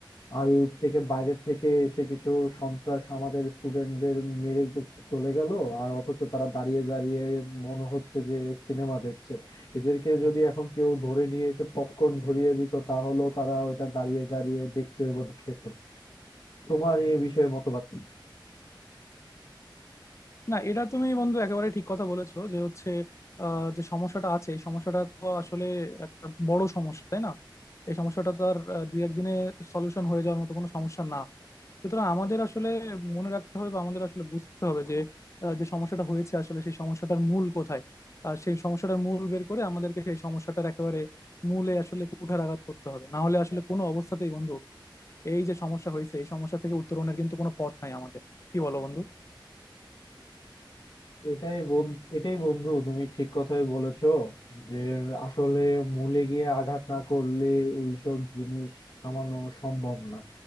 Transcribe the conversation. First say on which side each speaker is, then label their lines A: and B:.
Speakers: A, on the left; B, on the left.
A: আর এর থেকে বাইরের থেকে এসে কিছু সন্ত্রাস আমাদের স্টুডেন্টদের মেরে চ- চলে গেল আর অথচ তারা দাঁড়িয়ে দাঁড়িয়ে মনে হচ্ছে যে সিনেমা দেখছে এদেরকে যদি এখন কেউ ধরে নিয়ে এসে পপকর্ন ধরিয়ে দিত তাহলেও তারা ওটা দাঁড়িয়ে দাঁড়িয়ে দেখতো এবং খেত তোমার এই বিষয়ে মতবাদ কি?
B: না এটা তুমি বন্ধু একেবারে ঠিক কথা বলেছো যে হচ্ছে আহ, যে সমস্যাটা আছে এই সমস্যাটা তো আসলে একটা বড় সমস্যা তাই না এই সমস্যাটা তো আর আহ, দুই একদিনে সলিউশন হয়ে যাওয়ার মতো কোনো সমস্যা না সুতরাং আমাদের আসলে মনে রাখতে হবে বা আমাদের আসলে বুঝতে হবে যে আহ, যে সমস্যাটা হয়েছে আসলে সেই সমস্যাটার মূল কোথায় আর সেই সমস্যাটার মূল বের করে আমাদেরকে সেই সমস্যাটার একেবারে মূলে আসলে কুঠারাঘাত করতে হবে না হলে আসলে কোনো অবস্থাতেই বন্ধু এই যে সমস্যা হয়েছে এই সমস্যা থেকে উত্তরণের কিন্তু কোনো পথ নাই আমাদের কি বলো বন্ধু
A: এটাই বন- এটাই বন্ধু তুমি ঠিক কথাই বলেছো যে আসলে মূলে গিয়ে আঘাত না করলে এইসব জিনিস থামানো সম্ভব না